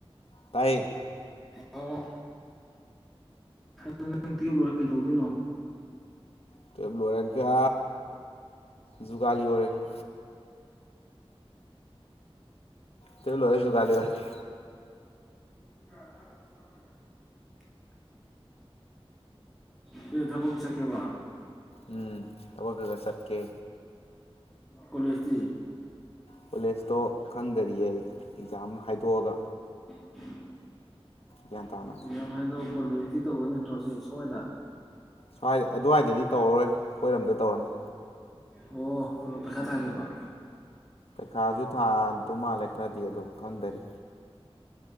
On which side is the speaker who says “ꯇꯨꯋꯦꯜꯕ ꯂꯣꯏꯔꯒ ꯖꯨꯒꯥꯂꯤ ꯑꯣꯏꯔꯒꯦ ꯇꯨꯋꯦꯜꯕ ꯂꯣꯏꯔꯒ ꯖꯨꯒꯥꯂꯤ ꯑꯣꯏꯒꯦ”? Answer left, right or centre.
Left